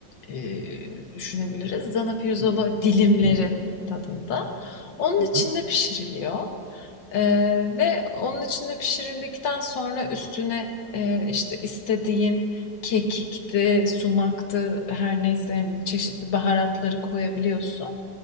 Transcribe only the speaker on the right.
Evet.
Hı
hı.